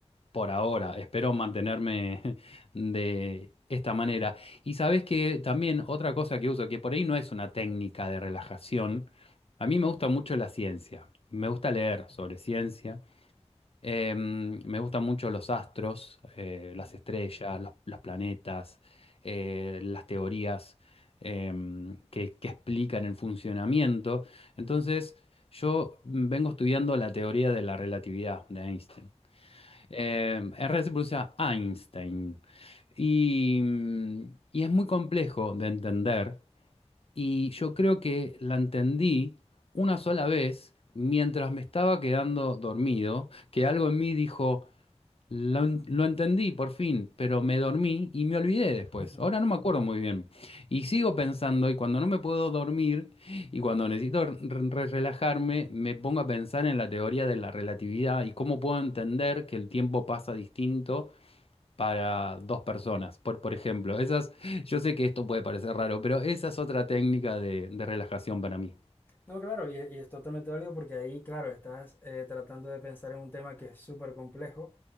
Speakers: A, on the left; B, on the left.
A: por ahora, espero mantenerme <laughs> de esta manera. Y sabes que también otra cosa que uso, que por ahí no es una técnica de relajación, a mí me gusta mucho la ciencia, me gusta leer sobre ciencia, eh, me gustan mucho los astros, eh,
B: ujú,
A: las estrellas, los, los planetas, eh, las teorías eh, que, que explican el funcionamiento. Entonces, yo vengo estudiando la teoría de la relatividad de Einstein. Eh, en se pronuncia Einstein. Y, mm, y es muy complejo de entender. Y yo creo que la entendí una sola vez mientras me estaba quedando dormido, que algo en mí dijo, lo, en- lo entendí por fin, pero me dormí y me olvidé después.
B: ujú, ujú.
A: Ahora no me acuerdo muy bien. Y sigo pensando, y cuando no me puedo dormir y cuando necesito re- re- relajarme, me pongo a pensar en la teoría de la relatividad y cómo puedo entender que el tiempo pasa distinto para dos personas. Por, por ejemplo, esas, yo sé que esto puede parecer raro, pero esa es otra técnica de, de relajación para mí.
B: No, claro, y, y es totalmente válido porque ahí, claro, estás eh, tratando de pensar en un tema que es súper complejo